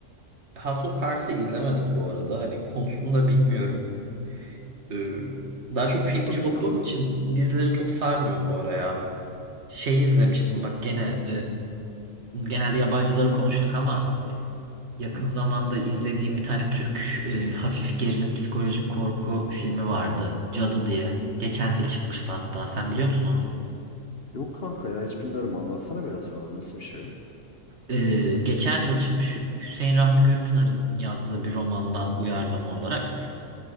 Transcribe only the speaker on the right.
House of Cards'ı izlemedim bu arada. Hani konusunda bilmiyorum. E, daha çok filmci
olduğum
için dizilere çok sarmıyorum bu ara ya. Şey izlemiştim bak gene e, genelde yabancıları konuştuk ama yakın
zamanda izlediğim bir tane Türk e, hafif gerilim psikolojik korku filmi vardı. Cadı diye. Geçen yıl çıkmıştı hatta. Sen biliyor musun onu?
Ee, geçen yıl çıkmış Hü- Hüseyin Rahmi Gürpınar'ın yazdığı bir romandan uyarlama olarak